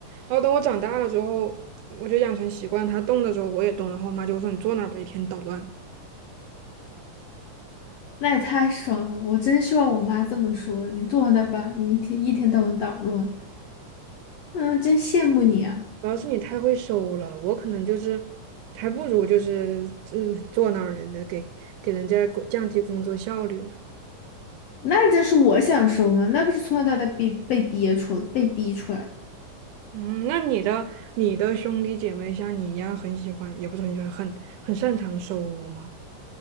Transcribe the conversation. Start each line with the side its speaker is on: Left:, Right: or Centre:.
Right: 然后等我长大了之后，我就养成习惯，她动的时候我也动，然后我妈就说你坐那儿吧，一天捣乱。
Left: 那也太爽了！我真希望我妈这么说。你坐那儿吧，你一天一天到晚捣乱，嗯，真羡慕你啊。
Right: 主要是你太会收了，我可能就是还不如就是嗯坐那儿呢，那给给人家工降低工作效率了。
Left: 那这是我想说吗？那不是从小到大被被憋出被逼出来。
Right: 嗯，那你的你的兄弟姐妹像你一样很喜欢，也不是很喜欢，很很擅长收屋吗？